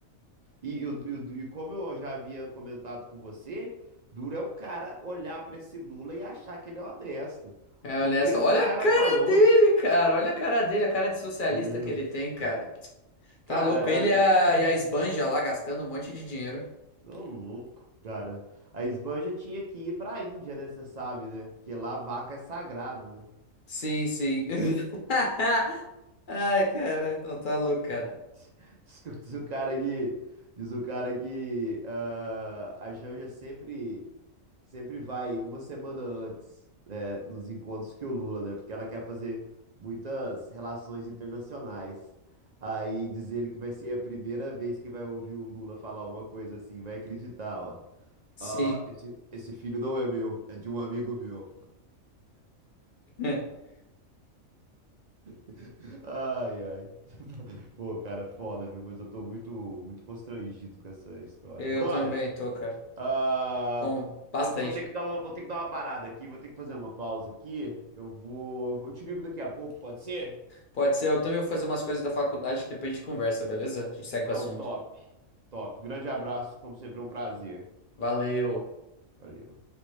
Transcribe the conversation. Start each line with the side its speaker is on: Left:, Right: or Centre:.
Right: E, eu- eu- e como eu já havia comentado com você, duro é um cara olhar para esse Lula e achar que ele é honesto.
Left: É
Right: O
Left: honesto.
Right: mesmo
Left: Olha
Right: cara
Left: a cara
Right: falou.
Left: dele, cara. Olha a cara dele, a cara de socialista
Right: Hum,
Left: que ele tem, cara.
Right: Cara,
Left: Tá louco. Ele
Right: ah,
Left: e a, e a esbanja lá gastando um monte de dinheiro.
Right: ô louco, cara. A Esbanja tinha que ir para a Índia, né? Você sabe, né? Porque lá a vaca é sagrado, né?
Left: Sim, sim. <laughs> Ai, cara. Não, tá louco, cara.
Right: <laughs> Diz que- diz o cara que, diz o cara que ah, a Janja sempre, sempre vai uma semana antes, né, nos encontros que o Lula, né? Porque ela quer fazer muitas relações internacionais. Aí diz ele que vai ser a primeira vez que vai ouvir o Lula falar uma coisa assim, vai acreditar, ó.
Left: Sim.
Right: Ah, esse, esse filho não é meu, é de um amigo meu.
Left: <laughs>
Right: <laughs> Ai, ai. <laughs> Pô, cara, foda, viu? Mas eu tô muito, muito constrangido com essa história.
Left: Eu
Right: Brother!
Left: também tô, cara.
Right: Ah,
Left: Tô um, bastante.
Right: vou, vou ter que dar uma, vou ter que dar uma parada aqui, vou ter que fazer uma pausa aqui. Eu vou, eu te ligo daqui a pouco, pode ser?
Left: Pode ser. Eu também vou fazer umas coisas da faculdade que depois a gente conversa, beleza? A gente segue
Right: Não,
Left: o assunto.
Right: top, top. Grande abraço, como sempre, é um prazer.
Left: Valeu.
Right: Valeu.